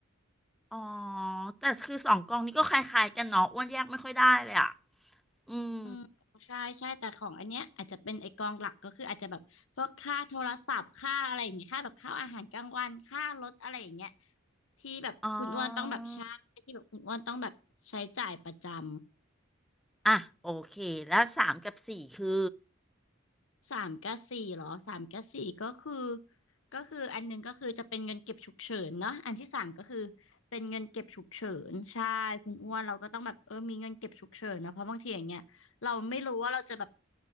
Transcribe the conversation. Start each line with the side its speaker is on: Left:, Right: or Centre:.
Centre: อ๋อแต่คือสองกองนี้ก็คล้ายๆกันเนาะอ้วนแยกไม่ค่อยได้เลยอ่ะอืม
Left: อืมใช่ใช่แต่ของอันเนี้ยอาจจะเป็นไอกองหลักก็คืออาจจะแบบพวกค่าโทรศัพท์ค่าอะไรอย่างเงี้ยค่าแบบค่าอาหารกลางวันค่ารถอะไรอย่างเงี้ยที่แบบคุณอ้วนต้องแบบใช้ที่แบบคุณอ้วนต้องแบบใช้จ่ายประจำ
Centre: อ๋ออ่ะโอเคแล้วสามกับสี่คือ
Left: สามกับสี่เหรอสามกับสี่ก็คือก็คืออันหนึงก็คือจะเป็นเงินเก็บฉุกเฉินเนาะอันที่สามก็คือเป็นเงินเก็บฉุกเฉินใช่คุณอ้วนเราก็ต้องแบบเออมีเงินเก็บฉุกเฉินนะเพราะบางทีอย่างเงี้ยเราไม่รู้ว่าเราจะแบบ